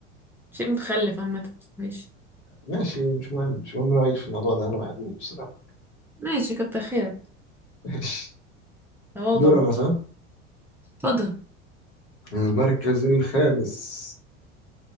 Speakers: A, in the centre; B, on the left.
A: شيء متخلف عامه ماشي
B: ماشي مش مهم مش مهم رايك في الموضوع ده انا بحبهم بصراحه
A: ماشي كتر خيرك
B: <laughs> ماشي
A: تواضع
B: دول انا صح
A: اتفضل
B: المركز الخامس